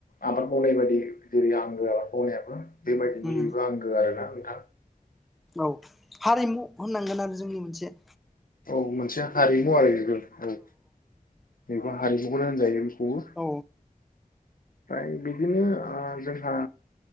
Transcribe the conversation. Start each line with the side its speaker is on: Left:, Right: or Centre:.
Left: आबाद मावनाय बायदि जेरै आंगो आबाद मावनायाबो बेबायदिनि
Centre: उम
Left: बेबो आंगो आरोना नोंथां।
Centre: औ हारिमु होननांगोन आरो जोंनि मोनसे।
Left: औ मोनसे हारिमु आरो बेफोर औ बेखौ हारिमुखौनो होनजायो। हुर
Centre: औ
Left: ओमफ्राय बिदिनो ओ जोंहा